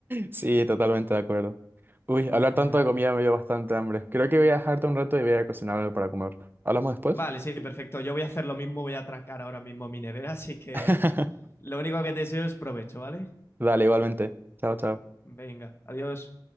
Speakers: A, on the right; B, on the left.
A: Sí, totalmente de acuerdo. Uy,
B: <laughs>
A: hablar
B: Ujú.
A: tanto de comida me dio bastante hambre. Creo que voy a dejarte un rato y voy a cocinar algo para comer. ¿Hablamos después?
B: Vale, sí, perfecto. Yo voy a hacer lo mismo, voy a atracar ahora mismo mi nevera, así que
A: <laughs>
B: lo único que te deseo es provecho, ¿vale?
A: Dale, igualmente. Chao, chao.
B: Venga, adiós.